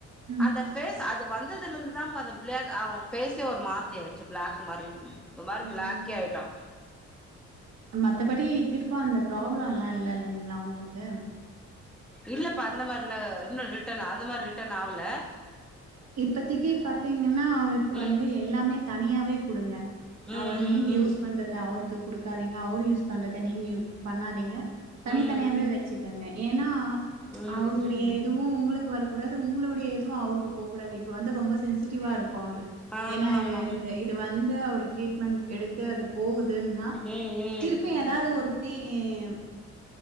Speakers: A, on the right; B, in the centre.
A: ம்
B: அந்த ஃபேஸ் அது வந் ததுல இர்ந்தான்ப்பா அந்த பிலேக் அவன் ஃபேஸே ஒரு மாதிரி ஆய்ட்ச்சு பிளாக் மாரி ஒரு மாரி
A: ம்
B: பிளாக்கியா ஆய்ட்டான்
A: மத்தபடி திருக்கா அந்த ப்ராப்ளம்லா இல்ல இல்லைங்ளா அவுங்ளுக்கு
B: இல்லப்பா அந்த மாரிலா இன்னு ரிட்டன் அந்த மாரி ரிட்டர்ன் ஆவுல
A: இப்பதிக்கி பாத்தீங்னா அவருக்கு
B: ம்
A: வந்து எல்லாமே தனியாவே குடுங்க
B: ம்
A: அவரு
B: ம்
A: நீங்க யூஸ் பண்றத அவரு க்கு குடுக்காதீங்க அவரு யூஸ் பண்றத நீங்யூ பண்ணாதீங்க தனித்தனியாவே
B: ம்
A: வச்சுக் குங்க ஏனா
B: ம்
A: அவருடைய
B: ம்
A: இதுவு உங்களுக்கு வரக்கூடாது உங்களுடைய இதுவு அவருக்கு போ இப்ப வந்து ரொம்ப சென்சிடிவா இருக்கு அவரு
B: ஆமா
A: ஏனா இது
B: ஆமா
A: இந் த இது வந்து அவர் ட்ரீட்மெண்ட் எடுத்து அது போகுதுனா
B: ம்
A: திருப்பி
B: ம்
A: எ தாது ஒரு க்ரீம்